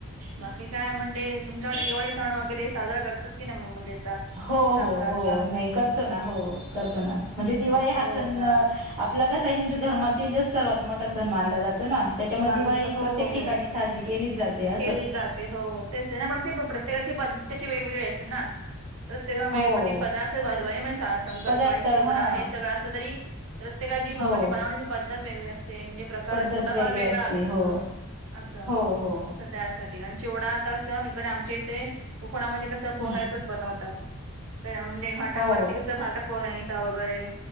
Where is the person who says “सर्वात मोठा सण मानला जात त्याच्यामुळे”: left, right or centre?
Right